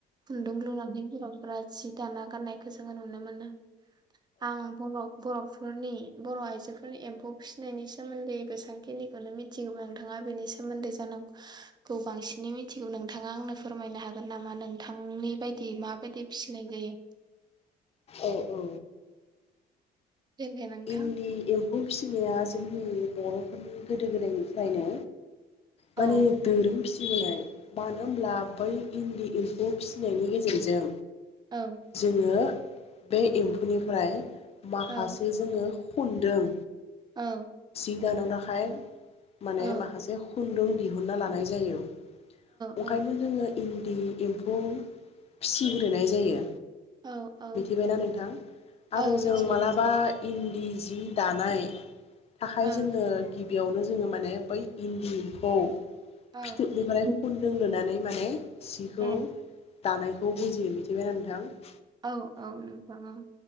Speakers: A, on the right (about 25°); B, on the left (about 35°).
A: खुन्दुं लुनानै <unintelligible> फुरा जि दाना गाननायखौ जोङो नुनो मोनो। आं बर' बर'फो फोरनि बर' आइजोफोरनि एम्फौ फिसिनायनि सोमोन्दै बेसांखिनिखौनो मिथिगौ। नोंथाङा बेनि सोमोन्दै जानांगौखौ बांसिनै मिथिगौ। नोंथाङा आंनो फोरमायनो हागोन नामा नोंथांनि बायदि मा बायदि फिसिनाय जायो?
B: औ औ।
A: देलाय नोंथां
B: इन्दि एम्फौ फिसिनाया जोंनि बर'फोरनि गोदो गोदायनिफ्रायनो
A: औ
B: माने दोरों फिसिबोनाय मानो होमब्ला बै इन्दि एम्फौ फिसिनायनि गेजेरजों
A: औ
B: जोङो बे एम्फौनिफ्राय माखासे
A: औ
B: जोङो खनदों
A: औ
B: <unintelligible> थाखाय माने
A: औ
B: माखासे खुन्दुं दि हुनना लानाय जायो ओंखायनो
A: औ
B: जोङो इन्दि एम्फौ फिसिग्रोनाय जायो
A: औ औ
B: मिथिबायना नोंथां आरो
A: औ
B: जों
A: मिथिदों
B: मालाबा इन्दि जि दानाय थाखाय
A: ओं
B: जोङो गिबियावनो जोङो माने बै इन्दि एम्फौ
A: औ
B: फिथोबनिफ्राय
A: ओ
B: खुन्दुं लुनानै माने सिखौ
A: ओ औ
B: दानायखौ बुजियो मिथिबायना नों <unintelligible>
A: औ औ नोंथां ओं